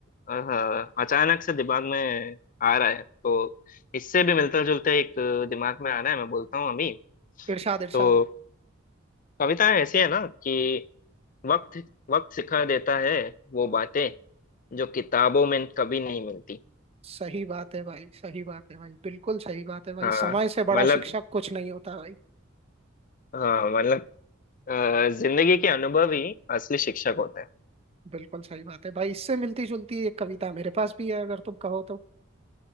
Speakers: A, on the left (about 40°); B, on the right (about 30°).
A: अ, अचानक से दिमाग में आ रहा है तो इससे भी मिलता जुलता एक दिमाग में आ रहा है मैं बोलता हूँ अभी
B: इरशाद इरशाद
A: तो कविताएं ऐसी है ना कि वक्त वक्त सिखा देता है वो बातें जो किताबों में कभी नहीं मिलती
B: सही बात है भाई सही बात है भाई बिल्कुल सही बात है भाई
A: हाँ
B: समय से बड़ा
A: मतलब
B: शिक्षक कुछ नहीं होता भाई
A: हाँ मतलब अ, जिंदगी के अनुभव ही असली शिक्षक होते हैं
B: बिल्कुल सही बात है भाई इससे मिलती जुलती एक कविता मेरे पास भी है अगर तुम कहो तो